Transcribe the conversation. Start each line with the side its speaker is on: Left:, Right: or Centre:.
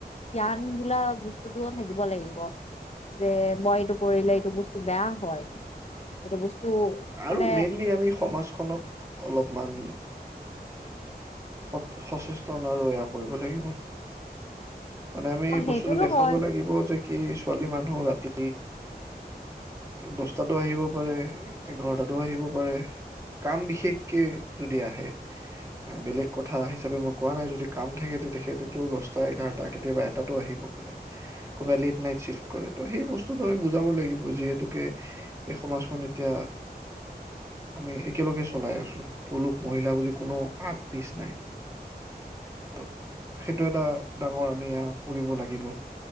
Left: জ্ঞান বোলা বস্তুতটোও থাকিব লাগিব যে মই এইটো কৰিলে এইটো বস্তু বেয়া হয় এইটো বস্তু
Right: আৰু
Left: মানে
Right: মেইনলি আমি সমাজখনক অলপমান স সচেষ্ট এয়া কৰিব লাগিব <unintelligible> মানে আমি
Left: অ সেইটোতো
Right: বস্তুটো দেখুৱাব
Left: হয়
Right: লাগিব যে কি ছোৱালী মানুহ ৰাতি দহচ টাতো আহিব পাৰে এঘাৰটাতো আহিব পাৰে, কাম বিশেষকে যদি আহে বেলেগ কথা হিচাপে মই কোৱা নাই যদি কাম থাকে তেখেতো দহটা এঘাৰটা কেতিয়াবা এটাটো আহিব পাৰে কোনোবাই লেট নাইট চিফট কৰে ত সেই বস্তুটো আমি বুজাব লাগিব যিহেতুকে এই সমাজখন এতিয়া আমি একেলগে চলাই আছো পুৰুষ মহিলা বুলি কোনো আগ পিছ নাই ত সেইটো এটা ডাঙৰ আমি কৰিব লাগিব